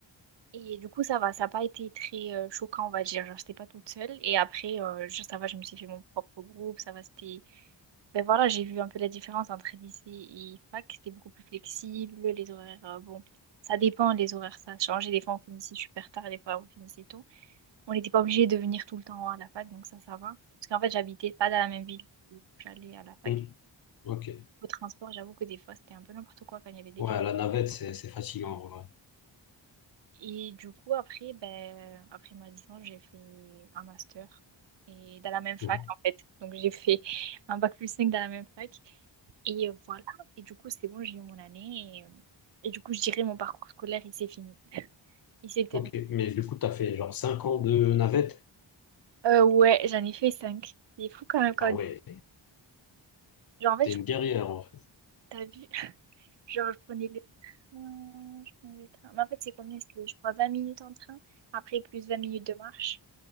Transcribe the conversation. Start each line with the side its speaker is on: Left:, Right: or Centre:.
Right: Et du coup, ça va, ça n'a pas été très euh, choquant, on va dire. Genre, j'étais pas toute seule. Et après, euh, je- ça va, je me suis fait mon propre groupe. Ça va, c'était. Ben voilà, j'ai vu un peu la différence entre lycée et fac. C'était beaucoup plus flexible. Les horaires, euh, bon, ça dépend, les horaires, ça a changé. Des fois, on finissait super tard, des fois, on finissait tôt. On n'était pas obligé de venir tout le temps à la fac, donc ça, ça va. Parce qu'en fait, j'habitais pas dans la même ville où j'allais à la fac.
Left: Mhm. Ok.
Right: Au transport, j'avoue que des fois, c'était un peu n'importe quoi quand il y avait des,
Left: Ouais, la navette, c'est, c'est fatigant, en vrai.
Right: Et du coup, après, ben, après ma licence, j'ai fait un master et dans la même fac,
Left: Mhm.
Right: en fait. Donc, j'ai fait un bac plus 5 dans la même fac. Et euh, voilà. Et du coup, c'est bon, j'ai eu mon année. Et, euh, et du coup, je dirais mon parcours scolaire, il s'est fini. Il s'est terminé.
Left: Ok. Mais du coup, t'as fait genre cinq ans de navette?
Right: Euh, ouais, j'en ai fait cinq C'est fou quand même. Quand...
Left: Ah ouais,
Right: Genre, en fait,
Left: t'es
Right: je-
Left: une guerrière, en fait.
Right: t'as vu, <laughs> genre, je prenais le train. Je prenais le train. Mais en fait, c'est combien? C'était, je crois, 20 minutes en train. Après, plus 20 minutes de marche.